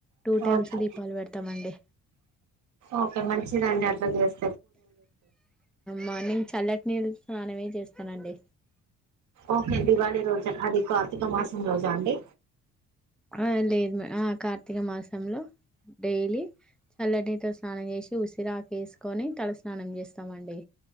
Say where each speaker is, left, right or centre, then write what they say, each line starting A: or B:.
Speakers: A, in the centre; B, on the right.
A: two times
B: okay
A: దీపాలు పెడతామండి
B: ఓకే మంచిదండి అట్లా చేస్
A: మార్నింగ్ చల్లటి నీళ్ళు స్నానమే చేస్తనండి.
B: ఓకే దివాళి రోజు అది కార్తీక మాసం రోజా అండి.
A: ఆ లేదు మ ఆ కార్తీక మాసంలో డైలీ చల్లటినీతో స్నానం చేసి, ఉసిరాకు ఏసుకొని తలస్నానం చేస్తమండి.